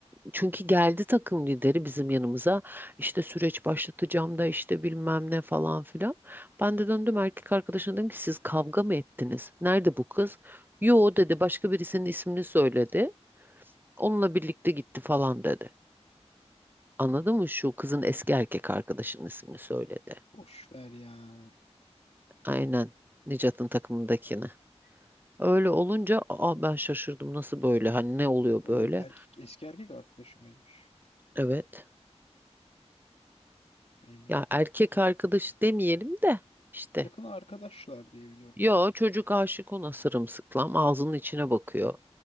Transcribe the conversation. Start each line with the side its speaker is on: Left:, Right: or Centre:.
Right: çünkü geldi takım lideri bizim yanımıza işte süreç başlatacağım da işte bilmem ne falan filan. Ben de döndüm erkek arkadaşına dedim ki siz kavga mı ettiniz? Nerede bu kız? Yo dedi başka birisinin ismini söyledi. Onunla birlikte gitti falan dedi. Anladın mı? Şu kızın eski erkek arkadaşının ismini söyledi.
Left: Boş ver ya.
Right: Aynen. Nicat'ın takımındakini. Öyle olunca aa ben şaşırdım nasıl böyle hani ne oluyor
Left: Onun
Right: böyle?
Left: erkek eski erkek arkadaşı mıymış?
Right: Evet.
Left: Bilmiyordum
Right: Ya erkek
Left: ben.
Right: arkadaş demeyelim de işte.
Left: Yakın arkadaşlar diye biliyorum.
Right: Yo çocuk aşık ona sırımsıklam ağzının içine bakıyor.